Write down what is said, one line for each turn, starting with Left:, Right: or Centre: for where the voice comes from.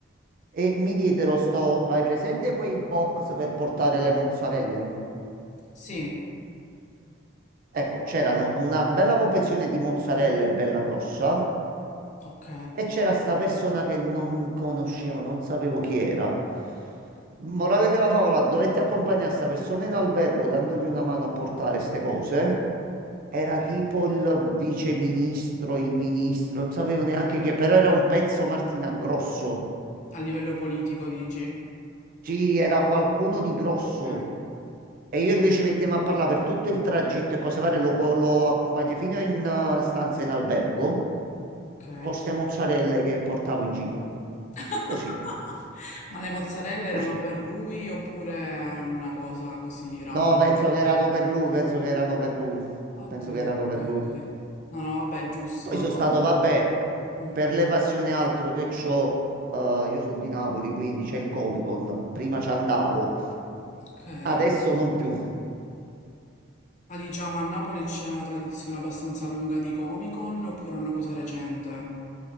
Right: e mi dietro sto, hai presente quei box per portare le mozzarelle?
Left: sì,
Right: Ecco, c'erano una bella confezione di mozzarelle, bella grossa,
Left: ok.
Right: e c'era sta persona che non conoscevo, non sapevo chi era. Morale della favola, dovetti accompagnare sta persona in albergo dandogli una mano a portare ste cose. Era
Left: Sì.
Right: tipo il viceministro, il ministro, non sapevo neanche chi, però era un pezzo Martina grosso.
Left: A livello politico dici?
Right: Sì, era qualcuno di grosso.
Left: Ok,
Right: E io e lui ci mettemmo a parlare per tutto il tragitto e cose varie, lo, po- lo accompagnai fino in eh, stanza in albergo
Left: ok.
Right: con ste mozzarelle che portavo in giro.
Left: <laughs>
Right: Così,
Left: Ma le mozzarelle
Right: così.
Left: erano per lui oppure era una cosa così random?
Right: No, penso che erano per lui, penso che erano per lui.
Left: Ok,
Right: Penso che erano
Left: ok,
Right: per lui.
Left: ok. No, no, vabbè, è giusto.
Right: Poi sono stato, vabbè,
Left: Mm,
Right: per le passioni altro che c'ho, eh, io sono di Napoli, quindi c'è il Comic Con, prima ci andavo,
Left: ok.
Right: adesso non più,
Left: Ma diciamo a Napoli c'è una tradizione abbastanza lunga di Comic-Con oppure una cosa recente?